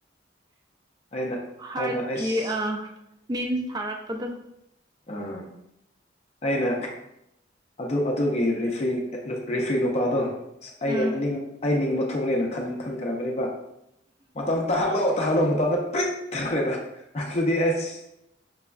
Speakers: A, on the left (about 35°); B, on the right (about 20°).
A: ꯑꯩꯅ
B: ꯍꯥꯔꯠꯀꯤ
A: ꯑꯩꯅ ꯑꯩꯁ
B: ꯑ ꯃꯤꯃꯁ ꯊꯥꯔꯛꯄꯗꯣ
A: ꯑꯥ ꯑꯩꯅ ꯑꯗꯨ ꯑꯗꯨꯒꯤ ꯔꯤꯐ꯭ꯔꯤ ꯔꯤꯐ꯭ꯔꯤ ꯅꯨꯄꯥꯗꯣ ꯑꯁ ꯑꯩ
B: ꯎꯝ
A: ꯑꯩ ꯅꯤꯡꯕ ꯊꯣꯛꯂꯦꯅ ꯈꯟ ꯈꯟꯈ꯭ꯔꯕꯅꯦꯕ ꯃꯇꯝ ꯇꯍꯜꯂꯣ ꯇꯍꯜꯂꯣ ꯃꯇꯝꯗ‌ꯣ ꯄꯔꯤꯠ ꯇꯥꯔ‌ꯦꯗ ꯑꯗꯨꯗꯤ ꯑꯁ